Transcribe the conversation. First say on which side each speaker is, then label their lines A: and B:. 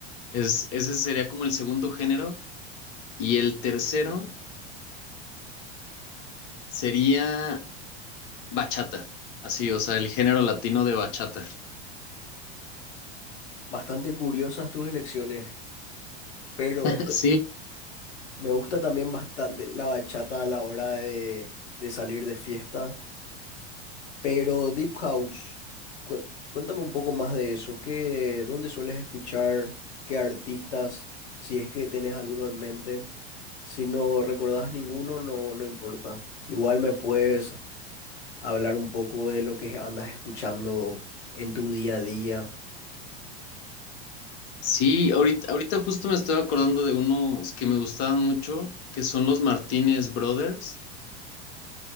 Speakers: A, on the left; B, on the left.
A: Es, ese sería como el segundo género. Y el tercero sería bachata, así, o sea, el género latino de bachata.
B: bastante curiosas tus elecciones, pero
A: <laughs>
B: esto,
A: Sí,
B: me gusta también bastante la bachata a la hora de, de salir de fiesta, pero Deep House, cué- cuéntame un poco más de eso, ¿qué, dónde sueles escuchar? ¿Qué artistas? Si es que tenés alguno en mente, si no recordás ninguno, no, no importa. Igual me puedes hablar un poco de lo que andas escuchando en tu día a día.
A: sí, ahorita, ahorita justo me estoy acordando de unos que me gustaban mucho, que son los Martínez Brothers.